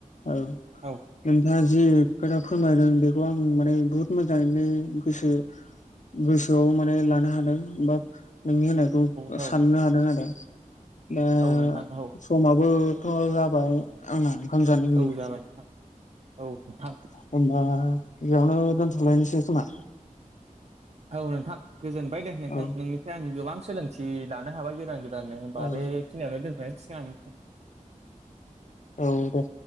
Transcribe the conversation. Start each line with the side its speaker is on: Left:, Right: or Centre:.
Left: औ
Right: औ
Left: नोंथाङा
Right: औ
Left: जि खोथा फोरमायदों बेखौ आं माने बुहुद मोजाङैनो गोसो गोसोआव माने लानो हादों बा नोंनि होननायखौ
Right: औ
Left: साननो हादों आरो दा
Right: औ नोंथां औ
Left: समाबोथ' जाबाय आंना ओंखाम जानायनि
Right: औ जाबाय नोंथां औ नोंथां
Left: होमबा बेयावनो दोनथ'लायनोसै खोमा
Right: औ नोंथां गोजोनबाय दे नोंथां
Left: औ
Right: नोंनिफ्राय आं गोबां सोलोंथि लानो हाबाय गोदान गोदान <unintelligible> होनोमबा
Left: औ
Right: बेखिनियावनो <unintelligible>
Left: औ दे